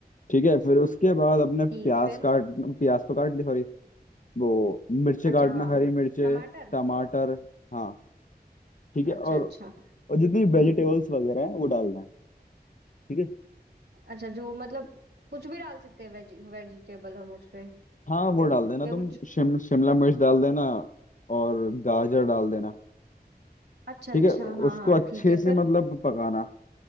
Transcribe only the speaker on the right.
ठीक फिर
अच्छा
हाँ
टमाटर
अच्छा
अच्छा
अच्छा जो मतलब कुछ भी डाल सकते हैं वेज वेजिटेबल हम उस पे
या
कुछ
अच्छा
अच्छा
हाँ
हाँ
ठीक है
फिर